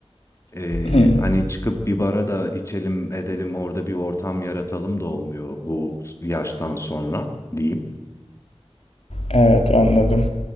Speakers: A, on the left; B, on the left.
A: Ee,
B: Hmm,
A: hani çıkıp bir bara da içelim edelim orada bir ortam yaratalım da olmuyor bu yaştan sonra diyeyim.
B: evet anladım.